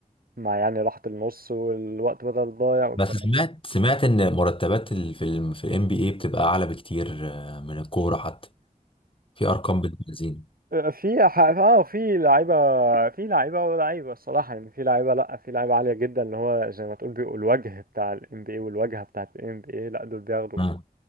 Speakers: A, on the right (about 80°); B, on the left (about 35°).
A: مع يعني راحه النص والوقت بدل ضايع والكلام
B: بس سمعت سمعت ان مرتبات ال- في ال في الام بي اي بتبقى اعلى بكتير آه، من الكورة حتى في ارقام بتنزين
A: في ح- اه في لعيبه في لعيبه ولاعيبه الصراحه يعني في لعيبه لا في لعيبه عاليه جدا اللي هو زي ما تقول بيبقوا الوجه بتاع ال NBA والواجهه بتاعه ال NBA لا دول بياخدوا
B: امم